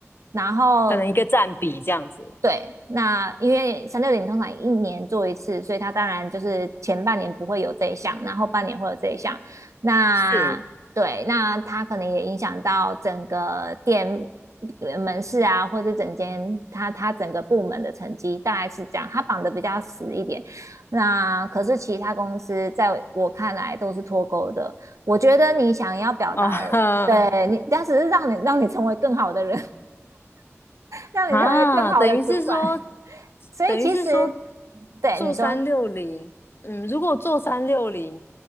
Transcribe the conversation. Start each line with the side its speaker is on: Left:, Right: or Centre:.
Right: 然后
Left: 可能一个占比这样子，
Right: 对，那因为三六零通常一年做一次，所以它当然就是前半年不会有这一项，然后半年会有这一项。那对，
Left: 是
Right: 那它可能也影响到整个店呃门市啊，或者整间它它整个部门的成绩，大概是这样。它绑的比较死一点。那可是其他公司在我看来都是脱钩的。我觉得你想要表达的，
Left: <laughs> 啊哈
Right: 对你，但只是让你让你成为更好的人，让你成为更好的主管。
Left: 啊，等于是说，
Right: <laughs> 所以其实，
Left: 等于是说。
Right: 对你说
Left: 做三六零，嗯，如果做三六零，